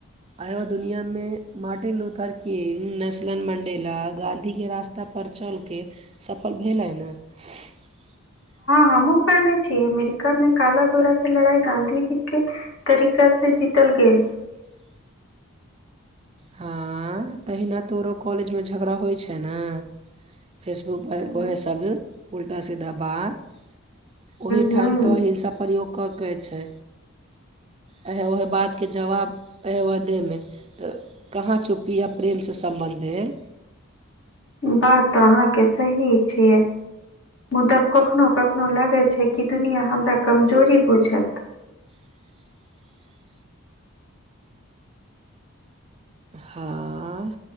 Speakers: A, on the right; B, on the left.
A: आयो दुनियामे मार्ट ट लूथर किंग नेस्लन मं्डेला गांधी के रास्ता पर चल के सफल भेल <unintelligible>
B: हमूँ पढ़ने छियै अमेरिका मे काला गोरा के लड़ाई गाँंधीजी के तरीका से जीतल गेल
A: <unintelligible> हँ तहिना तऽरो कॉलेजमे झगड़ा होइ छै ने फेसबुकप
B: हूं
A: उएह सब उल्टा सीधा बात ओही
B: हूं
A: ठाम तऽ हिंसा प्रयोग कऽ के छै आएह उएह बातके जवाब उएहे वह देहमे तऽ कहाँ चुपीअ प्रेमसँ सम्बन्ध भेल
B: बात तऽ अहाँके सही छियै मुदा कखनो कखनो लागै छै कि दुनिआँ हमरा कमजोरी बुझत
A: <unintelligible> हँ